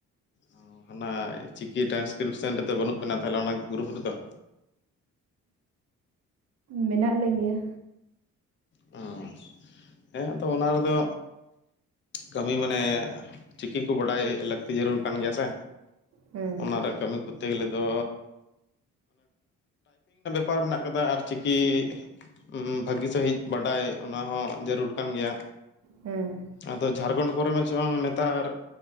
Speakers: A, on the left; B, on the right.
A: ᱚ, ᱦᱟᱱᱟ ᱪᱤᱠᱤ ᱴᱨᱟᱱᱥᱠᱨᱤᱯᱥᱮᱱ ᱨᱮᱫᱚ ᱵᱟᱹᱱᱩᱜ ᱵᱮᱤᱱᱟ ᱛᱟᱦᱚᱞᱮ ᱚᱱᱟ ᱜᱨᱩᱯ ᱨᱮᱫᱚ?
B: ᱢᱮᱱᱟᱜ ᱞᱤᱧ ᱜᱮᱭᱟ᱾
A: ᱚ ᱦᱮᱸ ᱟᱫᱚ ᱚᱱᱟ ᱨᱮᱫᱚ ᱠᱟᱹᱢᱤ ᱢᱟᱱᱮ, ᱪᱤᱠᱤ ᱠᱚ ᱵᱟᱰᱟᱭ ᱞᱟᱹᱠᱛᱤ ᱡᱟᱹᱨᱩᱨ ᱠᱟᱱ ᱜᱮᱭᱟ ᱥᱮ᱾
B: ᱦᱮᱸ᱾
A: ᱚᱱᱟᱨᱮ ᱠᱟᱹᱢᱤ ᱠᱚᱨᱛᱮ ᱜᱮᱞᱮ ᱫᱚ ᱯᱟᱨ ᱢᱮᱱᱟᱜ ᱠᱟᱫᱟ ᱟᱨ ᱪᱤᱠᱤ ᱩᱸ ᱵᱷᱟᱹᱜᱤ ᱥᱟᱹᱦᱤᱡ ᱵᱟᱰᱟᱭ ᱚᱱᱟ ᱦᱚᱸ ᱡᱟᱹᱨᱩᱲ ᱠᱟᱱ ᱜᱮᱭᱟ᱾
B: ᱦᱮᱸ
A: ᱟᱫᱚ ᱡᱷᱟᱲᱠᱷᱚᱸᱰ ᱠᱚᱨᱮ ᱢᱟ ᱪᱚᱝ ᱱᱮᱛᱟᱨ,